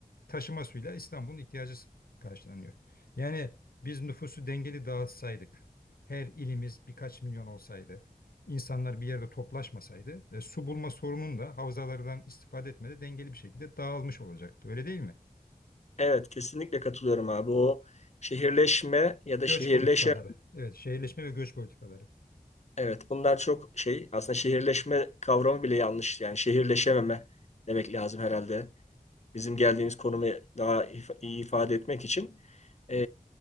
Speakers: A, on the left; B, on the left.
A: Taşıma suyuyla İstanbul'un ihtiyacı karşılanıyor. Yani biz nüfusu dengeli dağıtsaydık, her ilimiz birkaç milyon olsaydı, insanlar bir yerde toplaşmasaydı e, su bulma sorunun da havzalardan istifade etmede dengeli bir şekilde dağılmış olacaktı. Öyle değil mi?
B: evet kesinlikle katılıyorum abi. O şehirleşme ya da
A: Göç
B: şehirleşme
A: politikaları. Evet, şehirleşme ve göç politikaları.
B: Evet, bunlar çok şey aslında şehirleşme kavramı bile yanlış. Yani şehirleşememe demek lazım herhalde. Bizim geldiğimiz konumu daha if- iyi ifade etmek için. Ee,